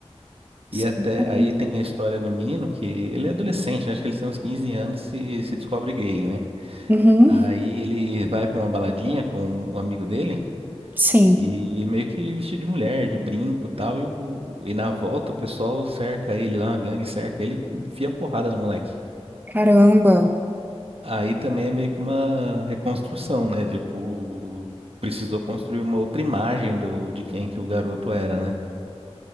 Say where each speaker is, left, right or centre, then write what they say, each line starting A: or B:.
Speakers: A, on the right; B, on the right.
A: Sim.
B: E até
A: então,
B: aí tem a história do menino que ele é adolescente, né? acho que ele tem uns 15 anos e se descobre gay, né?
A: Uhum.
B: Aí ele vai pra uma baladinha com um amigo dele.
A: Sim.
B: E meio que vestido de mulher, de brinco e tal. E, o- e na volta o pessoal cerca ele lá, a gangue cerca ele, enfia porrada no moleque.
A: Caramba.
B: Aí também é meio que uma reconstrução, né? Tipo, precisou construir uma outra imagem do, de quem que o garoto era, né?